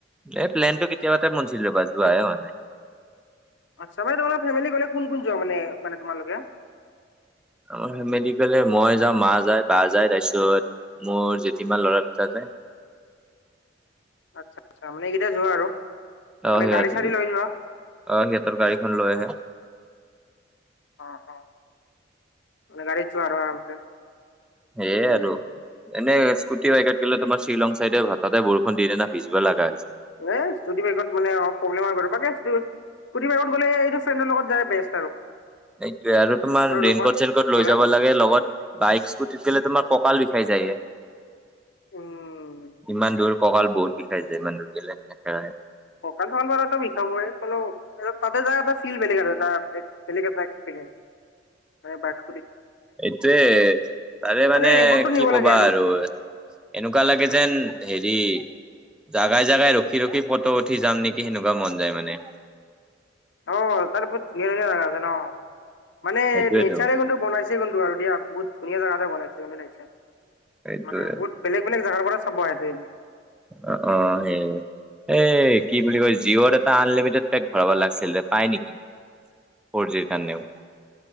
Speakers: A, in the centre; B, on the left.
A: এই প্লেনটো কেতিয়াবাতাতে বনিছিল জোৱাহে হোৱা নাই।
B: আচ্ছা ভাই তোমালোকৰ ফেমেলি গলে কোন কোন যোৱা মানে তোমালোকে?
A: অ মিলি গলে মই যাওঁ, মাঁ যায়, বা যায় তাৰপিছত মোৰ যেঠিমাৰ ল'ৰা দুটা যায়।
B: আচ্ছা আচ্ছা। মানে এইকেইটা যোৱা আৰু?
A: আহ
B: মানে
A: সিহঁতে
B: গাড়ী চাড়ী
A: অ
B: লৈ যোৱা
A: সিহঁতৰ গাড়ীখন লৈ আহে।
B: অ অ মানে গাড়ীত যোৱা আৰু আৰামছে?
A: সেইয়ে
B: উম
A: আৰু এনে স্কুটি বাইকত গ'লে তোমাৰ শ্বিলং চাইডে হঠাতে বৰষুন দি দিয়ে না পিছবেলা তিতবা লগা হৈ যায়।
B: এ স্কুটি বাইকত মানে অ প্ৰব্লেম হয় বাৰু বাকি স্কুটি বাইকত গ'লে এইটো ফ্ৰেণ্ডৰ লগত যাই বেষ্ট আৰু।
A: সেইটোয়ে আৰু তোমাৰ
B: ফ্ৰেণ্ডৰ
A: ৰেইনকোট
B: লগত
A: চেনকোট লৈ
B: গ'লা
A: যাব লাগে লগত বাইক স্কুটিত গলে তোমাৰ কঁকাল বিষাই যায়ে,
B: উম
A: ইমান দূৰ। কঁকাল বহুত বিষাই যায় এমান দূৰ গ'লে একেৰাহে।
B: কঁকাল চকাল বাৰু তহ' বিষাবই হ'লেও তাতে যায় এটা ফিল বেলেগ আৰু বেলেগ এটা এক্সেপেৰিয়েন্স, মানে বাই
A: এইটোয়ে তাৰে মানে
B: খালি ৰেইনকোটটো নিব
A: কি কবা
B: লাগে
A: আৰু, এনেকুৱা লাগে
B: উম।
A: যেন হেৰি জাগাই জাগাই ৰখি ৰখি ফটো উঠি যাম নেকি সেনেকুৱা মন যায় মানে।
B: অঁ তাত বহুত ধুনীয়া ধুনীয়া জাগা আছে ন? মানে
A: সেইটোয়েতো
B: নেচাৰে কিন্তু বনাইছে কিন্তু আৰু দিয়া বহুত ধুনীয়া জাগাতে বনাইছে কিন্তু
A: সেইটোয়ে
B: মানে বহুত বেলেগ বেলেগ জোগাৰ পৰা চাব আহে তে
A: অ অ সেই এই কি বুলি কয় জিঅৰ এটা টা আনলিমিটেড পে ভৰাব লাগছিল পায় নেকি ফৰ জিৰ কাৰণেও।